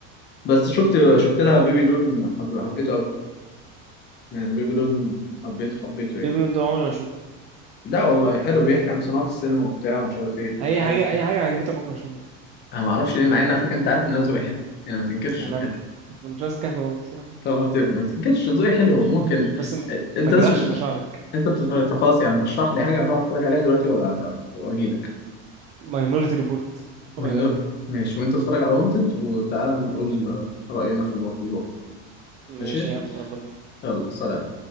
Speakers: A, on the left; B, on the right.
A: بس شفت شفت لها بيبي لون حب... حبيته قوي يعني بيبي لون حبيته حبيته يعني
B: بيبي لون ده عمري ما اشوفه
A: لا والله حلو بيحكي عن صناعه السينما وبتاع ومش عارف ايه
B: اي
A: حاجة.
B: حاجه اي حاجه عجبتك عمري ما اشوفها
A: انا ما اعرفش ليه مع ان على فكره انت عارف ان انا ذوقي حلو يعني ما تنكرش
B: انا
A: من
B: م-
A: حتى
B: طب أنا مش عايز اتكلم في الموضوع كتير عامة.
A: طب ما ت- ما تنكرش ذوقي حلو
B: عشان
A: ممكن
B: عشان بس ما
A: انت
B: ما اجرحش
A: بس
B: مشاعرك
A: انت بتتفرج طب خلاص يعني رشح لي حاجه اروح اتفرج عليها دلوقتي وأ- واجي لك
B: ماينورتي ريبورت اتفرج
A: ما هنقول
B: عليه
A: ماشي وانت اتفرج على وانتد وتعالى نقول رأينا في الموضوع
B: ماشي
A: ماشي
B: يا عم يلا بينا
A: يلا سلام